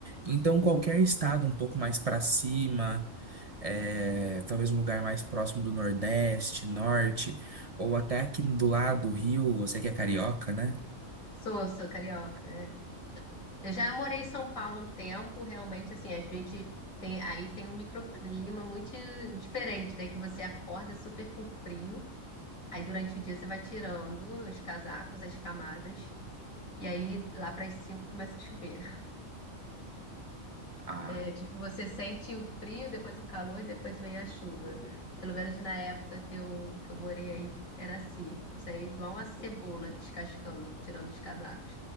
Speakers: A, on the right; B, on the left.
A: Então, qualquer estado um pouco mais para cima, é, talvez um lugar mais próximo do Nordeste, Norte, ou até aqui do lado do Rio, você que é carioca, né?
B: Sou, sou carioca, é. Eu já morei em São Paulo um tempo, realmente, assim, a gente tem, aí tem um microclima muito diferente, né? Que você acorda super com frio, aí durante o dia você vai tirando os casacos, as camadas, e aí lá para as cinco começa a chover.
A: Ah,
B: É, tipo, você sente o frio, depois o calor, e depois vem a chuva. Pelo menos na época que eu, que eu morei aí, era assim. Eu saía igual uma cebola descascando, tirando os casacos.